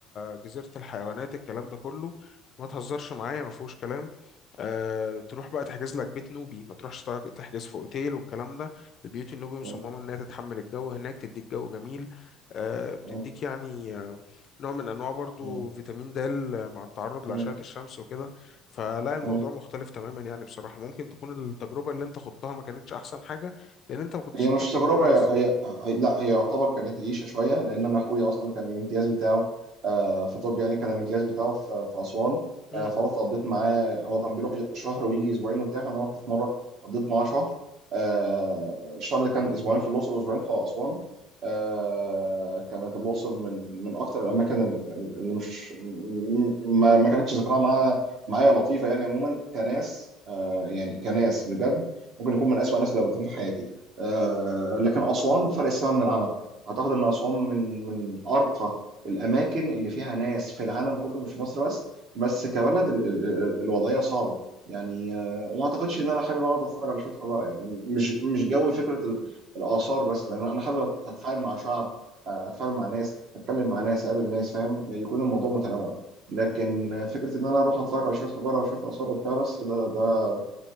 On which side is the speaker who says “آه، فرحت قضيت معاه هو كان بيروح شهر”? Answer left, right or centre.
Right